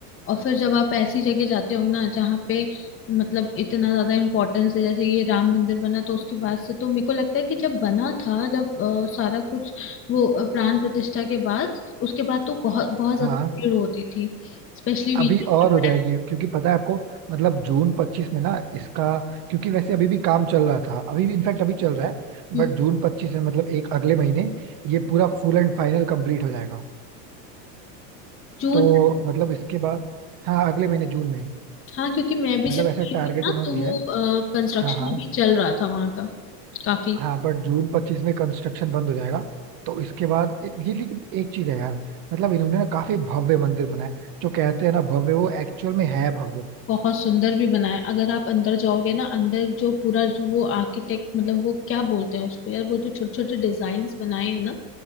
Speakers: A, on the left; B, on the right.
A: और फिर जब आप ऐसी जगह जाते हो ना जहाँ पे मतलब इतना ज्यादा इम्पोर्टेंस है जैसे ये राम मंदिर बना तो उसके बाद से तो मेरे को लगता है कि जब बना था जब अ, सारा कुछ वो अ, प्राण प्रतिष्ठा के बाद उसके बाद तो बहुत बहुत ज्यादा
B: हाँ
A: भीड़ होती थी स्पेशली वीकेंड
B: अभी और हो जाएगी क्योंकि पता है आपको मतलब जून 25 में ना इसका क्योंकि वैसे अभी भी काम चल रहा था अभी भी इनफैक्ट अभी चल रहा है
A: पे
B: बट जून 25 में मतलब एक अगले महीने ये पूरा फुल एंड फाइनल कंप्लीट हो जाएगा
A: जून
B: तो मतलब इसके बाद हाँ अगले महीने जून में
A: हाँ क्योंकि मैं भी
B: मतलब
A: जब
B: ऐसा
A: गई
B: टारगेट
A: थी ना
B: उन्होंने
A: तो
B: दिया
A: वो
B: है
A: कंस्ट्रक्शन
B: हाँ हाँ
A: अभी चल रहा था वहाँ का काफी
B: हाँ बट जून पच्चीस में कंस्ट्रक्शन बंद हो जाएगा तो इसके बाद ये लेकिन एक चीज है यार मतलब इन्होंने ना काफी भव्य मंदिर बनाया जो कहते हैं ना भव्य वो एक्चुअल में है भव्य
A: बहुत सुंदर भी बनाया अगर आप अंदर जाओगे ना अंदर जो पूरा जो वो आर्किटेक्ट मतलब वो क्या बोलते हैं उसको यार वो जो छोटे छोटे डिजाइन्स बनाए हैं ना